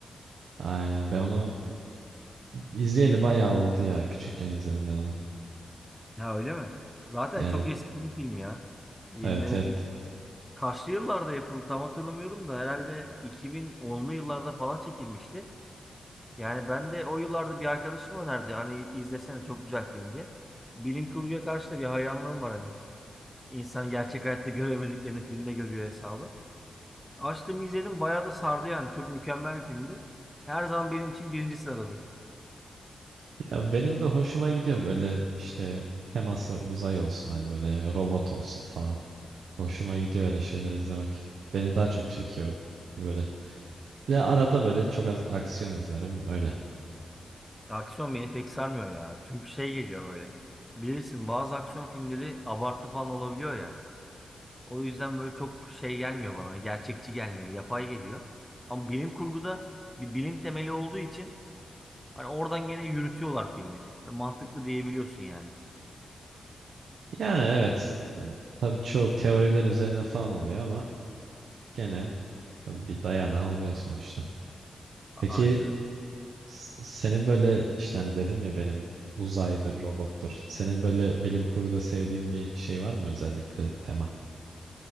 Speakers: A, on the right (about 85°); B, in the centre.
A: Aynen. Ben onu izleyeli bayağı oldu ya. Küçükken izledim ben onu.
B: Ha öyle mi? Zaten
A: Yani
B: çok eski bir film ya. Yenileri
A: evet evet.
B: film Kaçlı yıllarda yapıldı tam hatırlamıyorum da herhalde 2010'lu yıllarda falan çekilmişti. Yani ben de o yıllarda bir arkadaşım önerdi. Hani izlesene çok güzel film diye. Bilim kurguya karşı da bir hayranlığım var hani. İnsan gerçek hayatta göremediklerini filmde görüyor hesabı. Açtım izledim bayağı da sardı yani. Çok mükemmel bir filmdi. Her zaman benim için birinci sıradadır.
A: Ya benim de hoşuma gidiyor böyle işte teması uzay olsun hani böyle robot olsun falan. Hoşuma gidiyor öyle şeyler izlemek. Beni daha çok çekiyor böyle. Bir de arada böyle çok az aksiyon izlerim öyle.
B: Aksiyon beni pek sarmıyor ya. Çünkü şey geliyor böyle. Bilirsin bazı aksiyon filmleri abartı falan olabiliyor ya. O yüzden böyle çok şey gelmiyor bana. hani Gerçekçi gelmiyor. Yapay geliyor. Ama bilim kurguda bir bilim temeli olduğu için hani oradan gene yürütüyorlar filmi. Hani mantıklı diyebiliyorsun yani.
A: Yani evet. Tabii çoğu teoriler üzerine falan oluyor ama gene tabii bir dayanağı oluyor sonuçta.
B: A-
A: Peki
B: Aynen öyle.
A: s- senin böyle işte hani dedim ya benim uzaydır, robottur. Senin böyle bilim kurguda sevdiğin bir şey var mı özellikle tema?